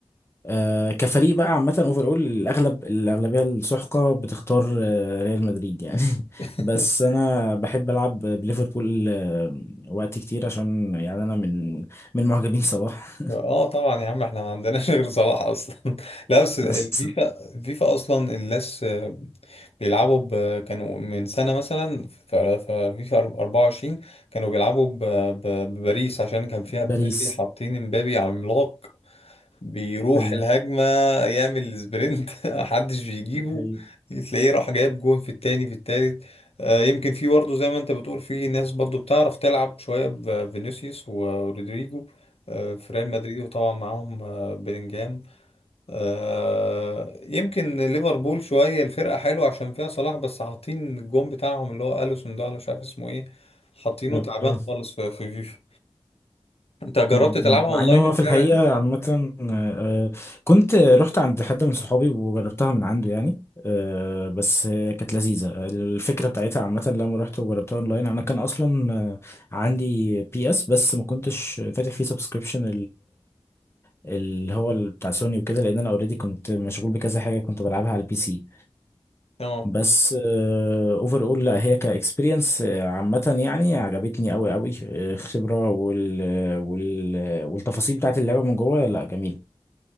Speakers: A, on the left; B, on the left.
A: آه، كفريق بقى عامة اوفر اول الاغلب الاغلبية السحقة بتختار آه، ريال مدريد يعني <laughs>
B: <laughs>
A: بس انا بحب العب بليفربول آه، وقت كتير عشان يعني انا من من معجبين صلاح
B: اه طبعا يا عم احنا ما عندناش غير صلاح اصلا <laughs> لا بس الفيفا
A: <laughs>
B: الفيفا اصلا الناس آه، بيلعبوا ب... كانوا من سنة مثلا في في فيفا 24 كانوا بيلعبوا ب... ب... بباريس عشان كان فيها مبابي
A: باريس
B: حاطين مبابي عملاق بيروح
A: ايوه
B: الهجمة يعمل سبرنت <laughs> محدش بيجيبه
A: ايوه
B: تلاقيه راح جايب جون في التاني في التالت آه، يمكن في برضه زي ما انت بتقول في ناس برضه بتعرف تلعب شوية بفينيسيوس ورودريجو آه، في ريال مدريد وطبعا معاهم آه، بيلينجهام آه، يمكن ليفربول شوية الفرقة حلوة عشان فيها صلاح بس حاطين الجون بتاعهم اللي هو أليسون ده ولا مش عارف اسمه ايه حاطينه
A: ايوه
B: تعبان خالص في في فيفا انت جربت
A: مم.
B: تلعبها
A: مع
B: اونلاين
A: ان هو
B: اللعبة
A: في الحقيقه
B: دي؟
A: عامه آه، آه، كنت رحت عند حد من صحابي وجربتها من عنده يعني آه، بس آه، كانت لذيذه الفكره بتاعتها عامه لما رحت وجربتها اونلاين انا كان اصلا آه، عندي بي اس بس ما كنتش فاتح فيه سبسكريبشن اللي هو ال- بتاع سوني وكده لان انا اوريدي كنت مشغول بكذا حاجه كنت بلعبها على البي سي
B: اه
A: بس اوفر اول لا هي كاكسبيرينس عامة يعني عجبتني قوي قوي آه، خبرة وال آه، وال آه، والتفاصيل بتاعت اللعبة من جوه لا جميلة